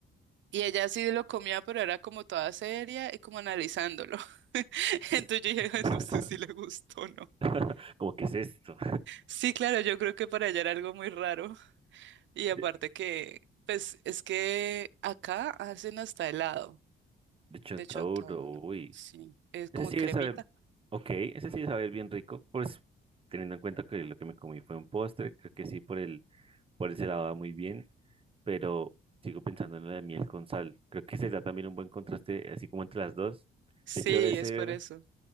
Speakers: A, on the right; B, on the right.
A: Y ella sí lo comía, pero era como toda seria y como analizándolo. <laughs>
B: Pues,
A: Entonces yo dije, "Ay,
B: <laughs>
A: no sé si le gustó o no.
B: <laughs> Como, ¿qué es esto?
A: Sí, claro, yo creo que para ella era algo muy raro. Y
B: De,
A: aparte que, pues es que acá hacen hasta helado
B: de Chontaduro,
A: de chontaduro.
B: uy.
A: Sí, es
B: Ese
A: como
B: sí
A: cremita.
B: debe saber, ok, ese sí debe saber bien rico, pues teniendo en cuenta que lo que me comí fue un postre, creo que sí, por el, por ese lado va muy bien, pero sigo pensando en la de miel con sal. Creo que será también un buen contraste, así como entre las dos.
A: Sí,
B: De hecho, debe ser,
A: es por eso.